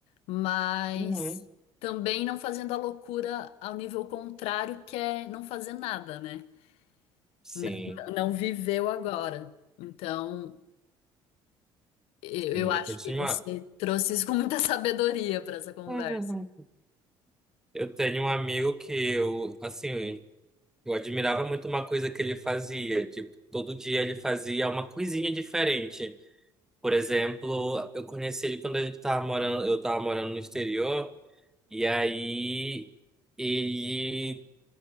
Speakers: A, on the left; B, in the centre.
A: mas
B: Uhum.
A: também não fazendo a loucura ao nível contrário, que é não fazer nada, né?
B: Sim,
A: N- n- não viveu agora. Então, eu,
B: sim.
A: eu acho
B: Eu tinha
A: que você
B: uma...
A: trouxe isso com muita <laughs> sabedoria para essa conversa.
B: Uhum. Eu tenho um amigo que eu, assim, eu admirava muito uma coisa que ele fazia. Tipo, todo dia ele fazia uma coisinha diferente. Por exemplo, eu conheci ele quando ele tava morando, eu tava morando no exterior. E aí ele,